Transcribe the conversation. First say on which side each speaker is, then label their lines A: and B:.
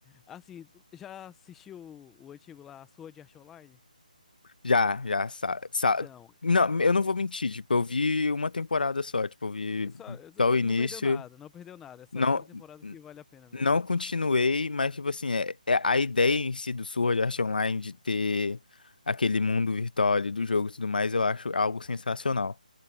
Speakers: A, in the centre; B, on the left.
A: Assim, tu já assistiu o, o antigo lá, Sword Art Online?
B: Já, já, sa, sa-
A: Então,
B: Não, eu não vou mentir. Tipo, eu vi uma temporada só. Tipo, eu vi
A: é só, é só-
B: até o início.
A: não perdeu nada, não perdeu nada. É só
B: Não,
A: a primeira temporada que vale a pena mesmo.
B: não continuei, mas, tipo assim, é, é a ideia em si do Sword Art Online de ter aquele mundo virtual ali do jogo e tudo mais, eu acho algo sensacional.